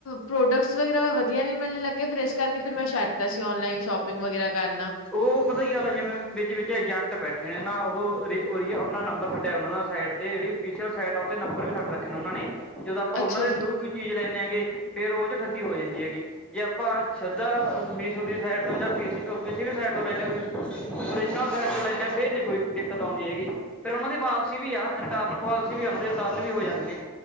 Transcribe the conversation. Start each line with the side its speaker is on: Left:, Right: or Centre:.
Left: ਪ੍ਰੋਡਕਟਸ ਵਗ਼ੈਰਾ ਵਧੀਆਂ ਨੀਂ ਮਿਲ਼ਣ ਲੱਗੇਂ। ਫ਼ਿਰ ਇਸ ਕਰਕੇ ਫ਼ਿਰ ਮੈਂ ਛੱਡਤਾ ਸੀ ਆਨਲਾਈਨ ਸ਼ੋਪਿੰਗ। ਸ਼ਪਿੰਗ ਵਗ਼ੈਰਾ ਕਰਨਾਂ।
Centre: ਉਹ ਪਤਾਂ ਕੀ ਗੱਲ਼ ਹੈਂ ਜਿਵੇਂ ਵਿੱਚ -ਵਿੱਚ ਏਜੰਟ ਬੈਠੇਂ ਨੇਂ ਨਾ ਉਹ ਉਰ ਉਹਨਾਂ ਆਪਣਾਂ ਨੰਬਰ ਛੱਡਿਆਂ ਉਹਨਾਂ ਦਾ ਸਾਈਡ। ਤੇ ਜਿਹੜੀ ਪੀਛਲ ਸਾਈਟ ਆ ਨੰਬਰ ਉਤੇ ਨੰਬਰ ਵੀ ਰੱਖ ਰੱਖੇਂ ਨੇਂ ਉਹਨਾਂ ਨੇਂ, ਜਦੋਂ ਆਪਾਂ
Left: ਅੱਛਾ
Centre: ਉਹਨਾਂ ਦੇ ਥਰੂ
Left: ਜੀ।
Centre: ਕੋਈ ਚੀਜ਼ ਲੈਂਨੇ ਹੈਗੇ, ਫ਼ਿਰ ਉਹ ਚ ਠੱਗੀ ਹੋ ਜਾਂਦੀ ਹੈਗੀ। ਜੇ ਆਪਾਂ ਛੱਦਾ, ਮੀਸੋ ਦੀ ਸਾਈਡ ਤੋਂ ਜਾਂ ਕਿਸੇ ਵੀ ਸਾਈਡ ਤੋਂ ਲੈਂਨੇ ਓ, ਓਰਿਜਨਲ ਸਾਈਡ ਤੋਂ ਲੈਨੇਂ ਆ ਫ਼ਿਰ ਨੀ ਕੋਈ ਦਿੱਕਤ ਆਉਂਦੀ ਹੈਗੀ। ਫ਼ਿਰ ਉਹਨਾਂ ਦੀ ਵਾਪਸੀ ਵੀ ਆ, ਰਿਟਰਨ ਪੋਲਿਸੀ ਵੀ ਆ ਉਹਨਾਂ ਦੇ, ਰਿਟਰਨ ਵੀ ਹੋ ਜਾਂਦੇ ਨੇ।